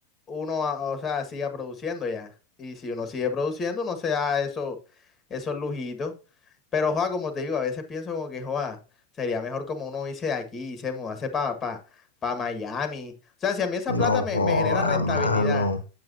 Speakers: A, on the left; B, on the left.
A: uno, a- o sea, siga produciendo ya. Y si uno sigue produciendo, uno se da eso, esos lujitos. Pero, joa, como te digo, a veces pienso como que, joa, sería mejor como uno irse de aquí y se mudase para pa, pa pa Miami. O sea, si a mí esa
B: No,
A: plata me,
B: joda,
A: me genera rentabilidad.
B: mano,